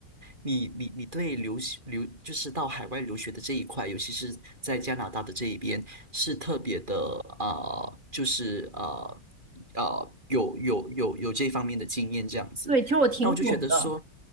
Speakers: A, on the right; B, on the right.
A: 你你你对留学留就是到海外留学的这一块，尤其是在加拿大的这一边，是特别的呃，就是呃呃有有有有这方面的经验这样子。
B: 对，其实我挺懂的。
A: 那我就觉得说。